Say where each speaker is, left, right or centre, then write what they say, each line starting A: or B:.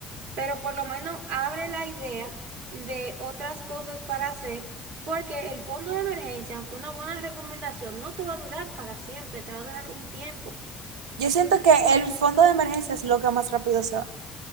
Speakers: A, on the right; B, on the right.
A: pero por lo menos abre la idea de otras cosas para hacer, porque el fondo de emergencia, aunque una buena recomendación, no te va a durar para siempre, te va a durar un tiempo.
B: Yo siento que el fondo de emergencia es lo que más rápido se va.